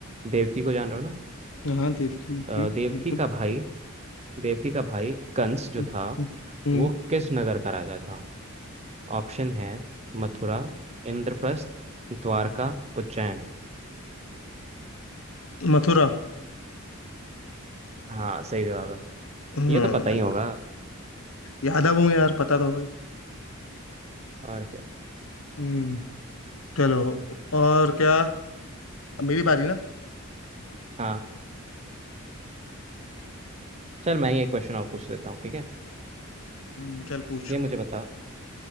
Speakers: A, on the right; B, on the left.
A: देवकी को जान रहे हो ना
B: हाँ देव की
A: अ,
B: जी
A: देवकी
B: बिल्कुल
A: का भाई देवकी का भाई कंस जो
B: हम्म
A: था
B: हम्म,
A: वो किस नगर का राजा था ऑप्शन है मथुरा इंद्रप्रस्थ द्वारका उज्जैन
B: मथुरा
A: हाँ सही जवाब है
B: हम्म
A: ये तो पता ही होगा
B: याद आ गई यार पता तो हो गई
A: और क्या
B: हम्म चलो और क्या अब मेरी बारी ना
A: हाँ चल मैं ही एक क्वेश्चन और पूछ लेता हूँ ठीक है
B: हम्म, चल पूछ
A: ये मुझे बता